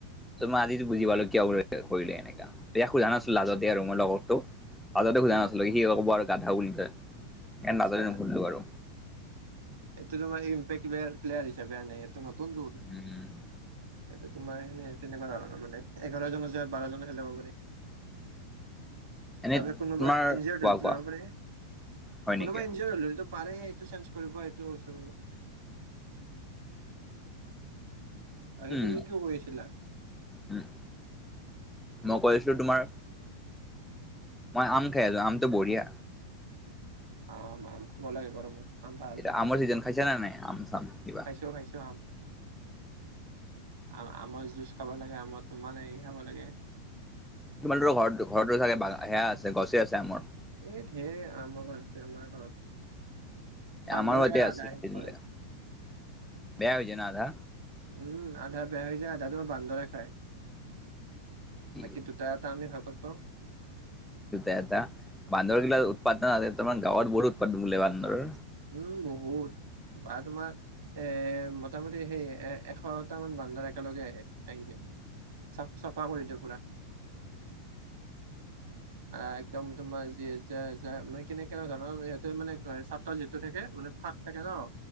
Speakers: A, in the centre; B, on the right (about 55°).
A: ত মই আজি বুজি পালো কিয় কৰিলে এনেকা ইয়াক সোধাই নাছিলো লাজতে আৰু মই লগৰতোক। আজতে খোজা
B: অ
A: নাচলে সি ক'ব আৰু গাধাও বুলিয়
B: আচ্ছা
A: লাজতে নুধিলো আৰু
B: এইটো তোমাৰ ইম্পেকট প্লেয়াৰ হিচাপে আনে এইটো নতুন ৰ'ল।
A: উম
B: এইটো তোমাৰ এনে তেনেকুৱা ধৰণৰ মানে এঘাৰজনৰ যেগাত বাৰজনে খেলিব পাৰি।
A: এনে
B: তাৰপিছত কোনোবা
A: তোমাৰ
B: এন জি অৰৰি
A: কোৱা কোৱা
B: যাব পাৰে
A: হয় নেকি
B: কোনোবা এন জি অৰ হ। পাৰে সেইটো চেঞ্জ কৰিব সেইটো কৈছো। আৰে
A: উম
B: তুমি কিয় কৈ আছিলা।
A: উম মই কৈ আছিলো তোমাৰ। মই আম খাই আছোঁ আমটো বৰিয়া।
B: অ আম, আম খাব লাগে গৰমত। আম ভাল
A: এয়া আমৰ ছিজন খাইছে না নাই আম চাম কিবা।
B: <unintelligible> আম। আম আমৰ জুজ খাব লাগে আমৰ তোমাৰ হেৰি খাব লাগে।
A: তোমালোকৰ ঘৰত ঘৰতো চাগে সেয়া আছে গছে আছে আমৰ।
B: এই ধেই আম হৈছে আমাৰ ঘৰত বান্দৰে
A: আমাৰো এতিয়া
B: খাই আধা
A: আছে
B: শেষ
A: দিলে
B: কৰে।
A: বেয়া হৈয়ায় ন আধা।
B: উম আধা বেয়া হৈ যায় আধাটো বান্দৰে খাই
A: কি
B: বাকী। তয় তাত আমি হাকত পাওঁ।
A: এটা বান্ধৰ
B: উম
A: গিল উৎপাদদন আছে মে গাঁৱত বহুত উৎপাদন বুলিল বান্ধৰ।
B: উম বহুত বা তোমাৰ। এ মোটামুটি সেই এ এশটা মান বান্দৰ একেলগে আহে আহিদিয়ে। চাফ চাফা কৰি দিয়ে পুৰা। আহ একদম তোমাৰ যি মে কেনে কেনে ধৰণৰ সহটো মানে। তত যিটো থাকে মানে ফাঁক থাকে ন